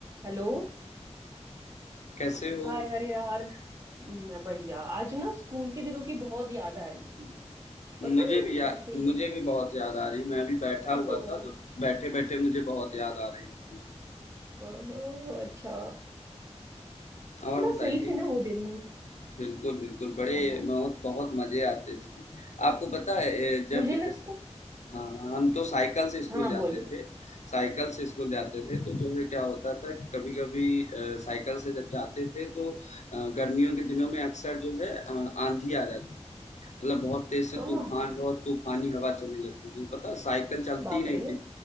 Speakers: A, on the right; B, on the left.
A: Hello
B: कैसे हो?
A: Hi अरे यार मैं बढ़िया आज ना स्कूल के दिनों की बहुत याद आ रही थी पता
B: मुझे
A: नहीं
B: भी या
A: ऐसे ही
B: मुझे भी बहुत याद आ रही। मैं भी बैठा
A: ओह
B: हुआ था तो बैठे-बैठे मुझे बहुत याद आ रही थी।
A: हाँ, हाँ, अच्छा
B: और बताइए?
A: ना सही थे ना वो दिन
B: बिल्कुल, बिल्कुल बड़े
A: हाँ, हम्म,
B: बहुत बहुत मज़े आते थे। आपको पता है ए, जब
A: मुझे लगता
B: जैसे हाँ, हम तो साइकिल से स्कूल
A: हाँ
B: जाते
A: बोलो
B: थे। साइकिल से स्कूल जाते थे, तो जो है क्या होता था कि कभी-कभी अ, साइकिल से जब जाते थे तो अ, गर्मियों के दिनों में अक्सर जो है अ, आँधी आ जाती थी। मतलब बहुत तेज़ से
A: आह,
B: तूफ़ान बहुत तूफ़ानी हवा चलने लगती थी। पता है साइकिल चलती
A: बाप
B: ही नहीं
A: रे
B: थी।